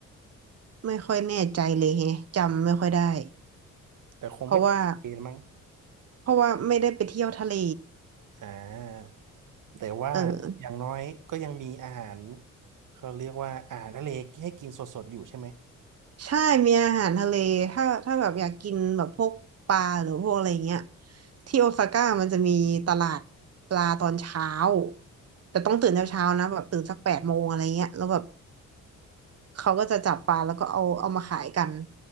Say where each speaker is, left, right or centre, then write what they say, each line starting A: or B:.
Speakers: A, on the right; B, on the right.
A: ไม่ค่อยแน่ใจเลยแฮะจำไม่ค่อยได้
B: แต่คงไม่ติดทะเลมั้ง
A: เพราะว่าเพราะว่าไม่ได้ไปเที่ยวทะเล
B: อ่าแต่ว่าอย่างน้อยก็ยังมีอาหาร
A: เออ
B: เขาเรียกว่าอาหารทะเลให้กินสดๆอยู่ใช่ไหม
A: ใช่ มีอาหารทะเล ถ้าถ้าแบบอยากกินแบบพวกปลาหรือพวกอะไรเงี้ยที่โอซาก้ามันจะมีตลาดปลาตอนเช้าแต่ต้องตื่นเช้าๆนะแบบตื่นสักแปดโมงอะไรเงี้ยแล้วแบบเขาก็จะจับปลาแล้วก็เอาเอามาขายกัน